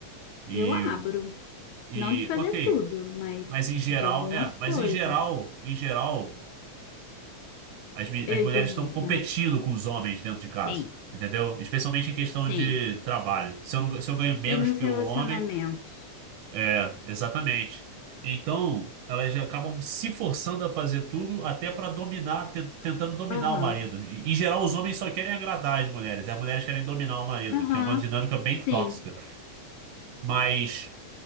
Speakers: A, on the right; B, on the left.
A: E,
B: eu abro.
A: e
B: Não de fazer
A: ok,
B: tudo, mas
A: mas em geral,
B: de algumas
A: é,
B: coisas.
A: mas em geral, em geral, as, mi-
B: Eu
A: as mulheres
B: entendi.
A: estão competindo com os homens dentro de casa,
B: Sim,
A: entendeu? Especialmente em questão
B: sim.
A: de trabalho. Se eu, não- se eu ganho menos
B: E nos
A: que o
B: relacionamentos?
A: homem. É, exatamente. Então, elas já acabam se forçando a fazer tudo até para dominar, te- tentando dominar
B: Aham,
A: o marido. E, em geral, os homens só querem agradar as mulheres, as mulheres querem dominar o marido,
B: aham,
A: que é uma dinâmica bem
B: sim.
A: tóxica. Mas